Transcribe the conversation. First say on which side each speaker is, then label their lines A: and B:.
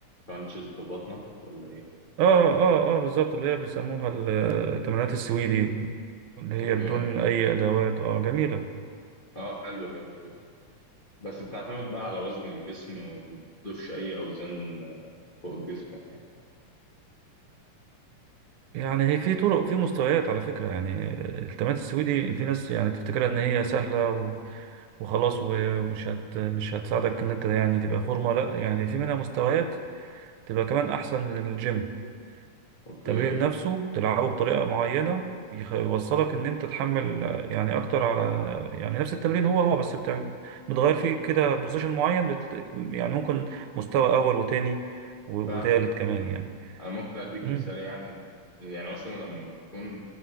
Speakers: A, on the left; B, on the right.
A: كرانشز ببطنك ولا ايه
B: اه اه اه بالظبط اللي هي بيسموها ال- التمرينات السويدي اللي
A: اوكي
B: هي بدون اي ادوات اه جميله
A: اه حلو حلو جدا بس بتعتمد بقى على وزن الجسم ما بتضيفش اي اوزان آه، فوق جسمك يعني
B: يعني هي في طرق في مستويات على فكره يعني التمرينات السويدي في ناس يعني تفتكرها ان هي سهله و- وخلاص ومش هت مش هتساعدك ان انت يعني تبقى فورمه لا يعني في منها مستويات تبقى كمان احسن من الجيم
A: اوكي
B: التمرين نفسه تلعبه بطريقة معينة يخ- يوصلك ان انت تحمل آه، يعني اكتر على يعني نفس التمرين هو هو بس بتع- بتغير فيه كده بوزيشن معين بت... يعني ممكن مستوى اول وتاني و- وتالت
A: فاهمك
B: كمان يعني
A: انا ممكن اديك
B: مم.
A: مثال يعني يعني مثلا لما بتكون